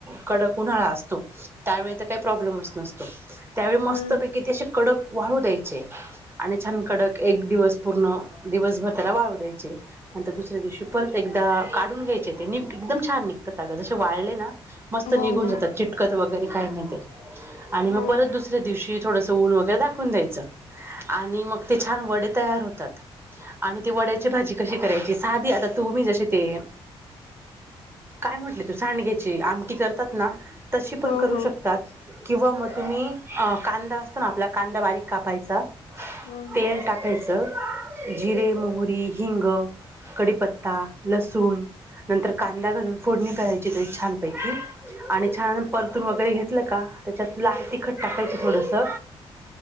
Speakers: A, on the right (about 20°); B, on the left (about 75°).
A: कडक उन्हाळा असतो त्यावेळी तर काही प्रॉब्लेमच नसतो. त्यावेळी मस्तपैकी
B: हा
A: ते असे कडक वाळू द्यायचे आणि छान कडक एक दिवस पूर्ण दिवसभर त्याला वाळू द्यायचे. नंतर दुसऱ्या दिवशी परत एकदा काढून घ्यायचे ते निघ एकदम छान निघतात अग जसे वाळले ना मस्त
B: हा
A: निघून
B: हा
A: जातात चिटकत वगैरे काही नाय ते आणि मग
B: हा
A: परत दुसऱ्या दिवशी थोडस ऊन वगैरे दाखवून द्यायचं आणि मग ते छान वडे तयार होत तात आणि ती वड्याची भाजी कशी करायची साधी आता तुम्ही जशी ते काय म्हटले तू सांडग्याची आमटी करतात ना तशी पण
B: हा हा
A: करू
B: हा
A: शकतात किंवा मग तुम्ही- अं कांदा असतो ना आपला कांदा बारीक कापायचा
B: हो
A: तेल टाकायचं. जिरे मोहरी, हिंग, कडीपत्ता, लसूण- नंतर कांदा घालून फोडणी करायची त्याची छानपैकी आणि छान परतून वगैरे घेत का त्याच्यात लाल तिखट टाकायच थोडंसं